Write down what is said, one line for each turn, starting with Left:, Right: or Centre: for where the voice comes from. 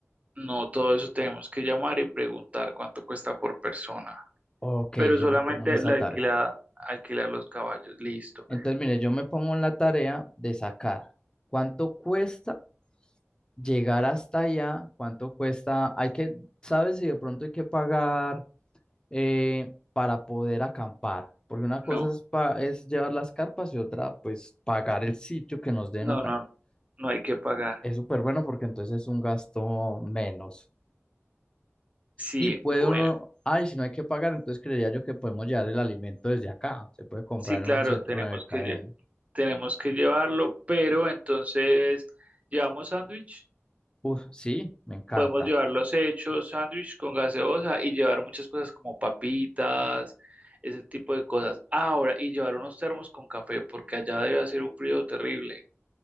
Right: No, todo eso tenemos que llamar y preguntar cuánto cuesta por persona,
Left: Ok,
Right: pero
Left: yo
Right: solamente
Left: me pongo en esta
Right: la alquilada,
Left: tarea.
Right: alquilar los caballos, listo.
Left: Entonces, mire, yo me pongo en la tarea de sacar cuánto cuesta llegar hasta allá, cuánto cuesta, hay que, ¿sabes si de pronto hay que pagar eh, para poder acampar? Porque una
Right: No,
Left: cosa es, pa- es llevar las carpas y otra, pues, pagar el sitio que nos den
Right: no,
Left: acá.
Right: no, no hay que pagar.
Left: Es súper bueno porque entonces es un gasto menos.
Right: Sí,
Left: Y puede
Right: bueno,
Left: uno, ay, si no hay que pagar, entonces creería yo que podemos llevar el alimento desde acá. Se puede comprar
Right: sí, claro,
Left: en un centro
Right: tenemos
Left: de cadena.
Right: que, lle- tenemos que llevarlo, pero entonces, ¿llevamos sándwich?
Left: Uf, sí, me encanta.
Right: Podemos llevar los hechos, sándwich con gaseosa y llevar muchas cosas como papitas, ese tipo de cosas. Ahora, y llevar unos termos con café, porque allá debe hacer un frío terrible.